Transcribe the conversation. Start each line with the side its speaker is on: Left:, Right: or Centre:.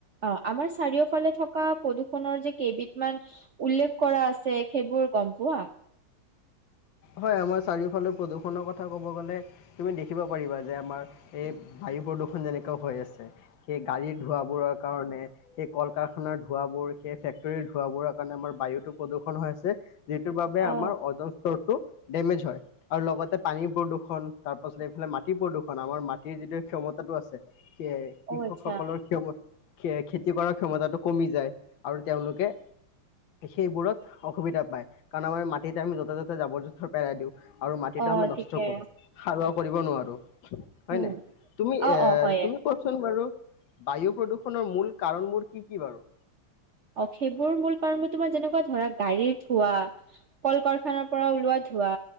Right: অ', আমাৰ চাৰিওফালে থকা প্ৰদূষণৰ যে কেইবিধমান উল্লেখ কৰা আছে সেইবোৰ গম পোৱা?
Left: হয়, আমাৰ চাৰিওফালে প্ৰদূষণৰ কথা ক'ব গ'লে তুমি দেখিব পাৰিবা যে আমাৰ এই বায়ু প্ৰদূষণ যেনেকুৱা হৈ আছে। সেই গাড়ীৰ ধোঁৱাবোৰৰ কাৰণে। সেই কল কাৰখানাৰ ধোঁৱাবোৰ সেই ফেক্টৰীৰ ধোঁৱাবোৰৰ কাৰণে আমাৰ বায়ুটো প্ৰদূষণ হৈ আছে। যিটোৰ বাবে
Right: অ
Left: আমাৰ অজন স্তৰটো ডেমেজ হয়। আৰু লগতে পানীৰ প্ৰদূৰষণ তাৰ পাছত এইফালে মাটি প্ৰদূষণ আমাৰ মাটিৰ যিটো ক্ষমতাটো আছে। সেয়ে কৃষকসকলৰ
Right: অ আচ্ছা
Left: ক্ষম খেতি কৰাৰ ক্ষমতাটো কমি যায়। আৰু তেওঁলোকে সেইবোৰত অসুবিধা পাই কাৰণ আমাৰ মাটিতে আমি য'তে ত'তে জাবৰ জোথৰ পেলাই দিওঁ। আৰু মাটিটো
Right: অ
Left: আমি নষ্ট
Right: ঠিকে
Left: কৰো। সাৰুৱা কৰিব নোৱাৰো হয়
Right: উম
Left: নাই তুমি
Right: অ
Left: এ
Right: অ হয়ে
Left: তুমি কোৱাচোন বাৰু বায়ু প্ৰদূষণৰ মূল কাৰণবোৰ কি কি বাৰু?
Right: অ', সেইবোৰ মূল কাৰণ মোৰ তোমাৰ যেনেকুৱা ধৰা গাড়ীৰত ধোৱা কল কাৰখানাৰ পৰা ওলোৱা ধোৱা